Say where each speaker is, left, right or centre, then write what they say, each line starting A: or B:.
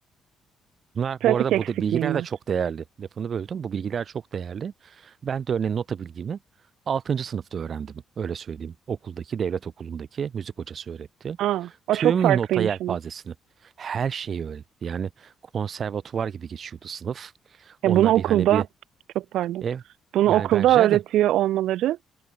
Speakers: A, on the right; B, on the right.
A: Bunlar
B: Pratik
A: bu arada
B: eksikliğim
A: bu de- bilgiler
B: var.
A: de çok değerli. Lafını böldüm. Bu bilgiler çok değerli. Ben de örneğin nota bilgimi altıncı sınıfta öğrendim. Öyle söyleyeyim. Okuldaki, devlet okulundaki müzik hocası öğretti.
B: Aa, o
A: Tüm
B: çok farklıymış
A: nota yelpazesini,
B: ama.
A: her şeyi öğretti. Yani konservatuvar gibi geçiyordu sınıf. Onunla
B: Ya bunu okulda
A: bir hani bir
B: çok pardon.
A: ev.
B: Bunu
A: Yani
B: okulda
A: ben rica
B: öğretiyor
A: ederim.
B: olmaları